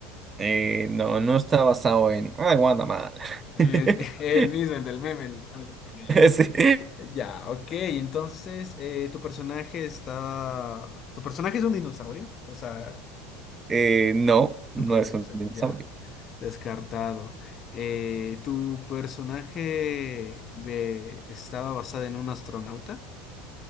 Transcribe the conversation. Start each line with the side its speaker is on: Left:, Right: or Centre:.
Right: Eh, no, no está basado en, ay, Guatemala.
Left: El,
Right: <laughs>
Left: <laughs> el mismo, el del meme, el- algo también.
Right: Sí.
Left: Ya, ok, entonces eh, tu personaje está... Tu personaje es un dinosaurio, o sea,
Right: Eh, no,
Left: sujete,
Right: no es un
Left: o sea,
Right: dinosaurio.
Left: ya, descartado. Eh, ¿tu personaje ve- estaba basado en un astronauta?